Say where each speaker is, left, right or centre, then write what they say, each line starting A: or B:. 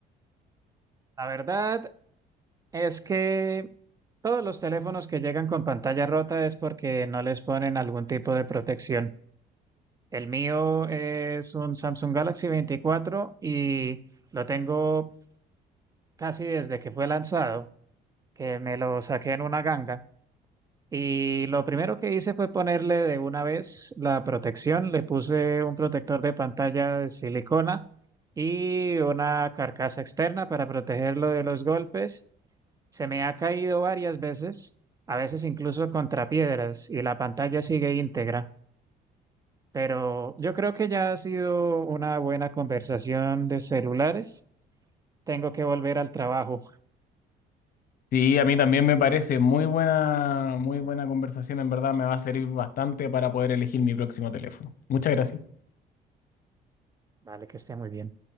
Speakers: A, on the right; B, on the left.
A: La verdad es que todos los teléfonos que llegan con pantalla rota es porque no les ponen algún tipo de protección. El mío es un Samsung Galaxy 24 y lo tengo casi desde que fue lanzado, que me lo saqué en una ganga. Y lo primero que hice fue ponerle de una vez la protección. Le puse un protector de pantalla de silicona y una carcasa externa para protegerlo de los golpes. Se me ha caído varias veces, a veces incluso contra piedras, y la pantalla sigue íntegra. Pero yo creo que ya ha sido una buena conversación de celulares. Tengo que volver al trabajo.
B: Sí, a mí también me parece muy buena, muy buena conversación. En verdad me va a servir bastante para poder elegir mi próximo teléfono. Muchas gracias.
A: Vale, que esté muy bien.